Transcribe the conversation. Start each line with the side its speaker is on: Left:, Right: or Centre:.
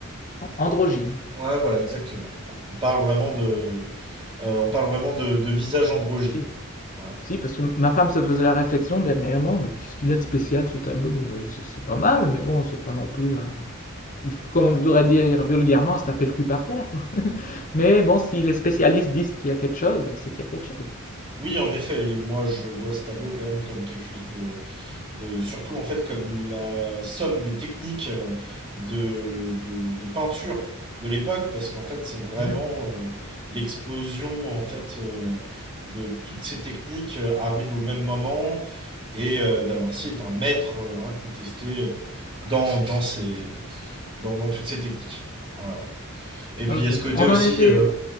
Left: An- Androgyne.
Right: Ouais, voilà, exactement. On parle vraiment de, euh, on parle vraiment de, de visage androgyne.
Left: Si.
Right: Ouais.
Left: Si, parce que ma femme se faisait la réflexion dernièrement, mais qu'est-ce qu'il a de spécial ce tableau? Ouais, c'est c'est pas mal, mais bon, c'est pas non plus. euh, comme on voudrait dire vulgairement, ça taper le cul par terre. quoi. <laughs> Mais bon, si les spécialistes disent qu'il y a quelque chose, c'est qu'il y a quelque chose.
Right: Oui, en effet, moi je vois ce tableau quand même comme quelque chose de de, surtout en fait comme la somme des techniques euh, de, de, de peinture de l'époque, parce qu'en fait c'est vraiment
Left: Mhm.
Right: euh, l'explosion en fait euh, de toutes ces techniques euh, arrive au même moment, et euh, Da Vinci est un maître euh, incontesté dans, dans, ces, dans, dans toutes ces techniques. Voilà. Et puis
Left: Ok.
Right: il y a ce côté
Left: On
Right: aussi,
Left: en était,
Right: euh,